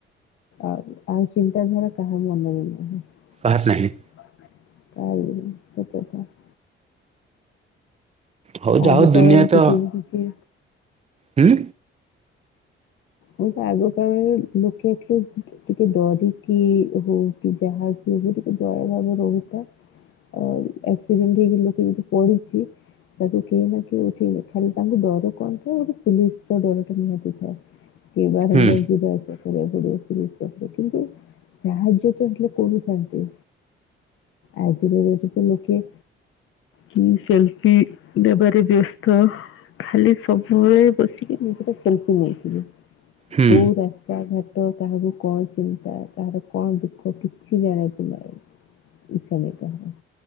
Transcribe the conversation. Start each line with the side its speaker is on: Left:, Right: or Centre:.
Left: ଆଉ ଆଉ ଚିନ୍ତାଧାରା କାହା ମନରେବି ନାହିଁ।
Right: ପାହଚ ନାହିଁ।
Left: <unintelligible>
Right: ହଉ ଯା
Left: ଆଗ
Right: ହଉ ଦୁନିଆ
Left: କାଳରେ
Right: ତ
Left: ଟିକେ ବି କିଛି
Right: ହୁଁ?
Left: ମୁଁ ତ ଆଗ କାଳରେ <unintelligible> ଟିକେ ଡରିକି ହଉ କି ଯାହା କି ହଉ ଟିକେ ଦୟା ଭାବ ରହୁ ଅ ଆକ୍ସିଡେଣ୍ଟ ହେଇକି ଲୋକେ ଯଦି ପଡ଼ିଛି ତାକୁ କେହି ନା କିଏ ଉଠେଇବେ। ଖାଲି ତାଙ୍କୁ ଡର କଣ ଥାଏ ଗୋଟେ ପୋଲିସ ର ଡର ଟା ନିହାତି ଥାଏ। କି ବାରମ୍ବାର
Right: ହୁଁ
Left: ଯିବା <unintelligible> କିନ୍ତୁ ସାହାଯ୍ୟ ତ <unintelligible> କରୁଥାନ୍ତି। ଆଜିର <unintelligible> ତ ଲୋକେ କି ସେଲ୍ଫି ନେବା ରେ ବ୍ୟସ୍ତ। ଖାଲି ସବୁବେଳେ ବସିକି ମୁଁ <unintelligible>
Right: ହୁଁ
Left: କୋଉ ରାସ୍ତାଘା କାହାକୁ କଣ ଚିନ୍ତା, କାହାର କଣ ଦୁଃଖ କିଛି ଜାଣିବାକୁ ନାହିଁ। ଇଚ୍ଛା ନାହିଁ କାହାର।